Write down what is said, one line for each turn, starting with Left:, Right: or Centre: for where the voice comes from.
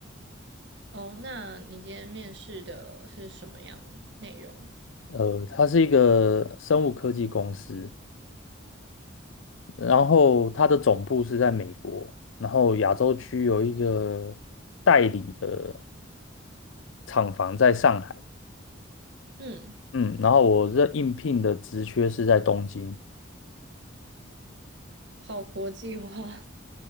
Right: 哦，那你今天面试的是什么样内容？
Left: 呃，它是一个生物科技公司，然后它的总部是在美国，然后亚洲区有一个代理的厂房在上海，
Right: 嗯，
Left: 嗯，然后我这应聘的职缺是在东京，
Right: 好国际化，